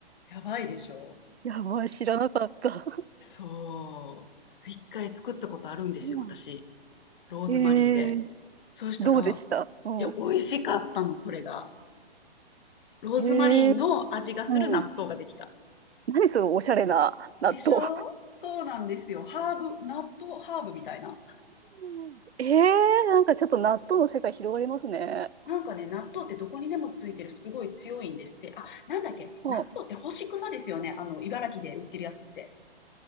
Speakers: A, on the left; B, on the right.
A: やばいでしょ
B: ー <laughs> やばい、知らなかった。
A: そう。一回作ったことあるんですよ、
B: そうな
A: 私。ローズマリーで。
B: へええー
A: そうしたら、
B: どうでしたうん。
A: いや、美味しかったの、それが。ローズマリーの味がする納豆ができた。
B: ええーうん。何そのおしゃれな納豆。
A: でしょそうなんですよ。ハーブ、納豆ハーブみたいな。
B: <laughs> ええーなんかちょっと納豆の世界広がりますね。
A: なんかね、納豆ってどこにでもついてるすごい強いんですって。あ、なんだっけ納豆って干し草ですよね。
B: うん。
A: あの、茨城で売ってるやつって。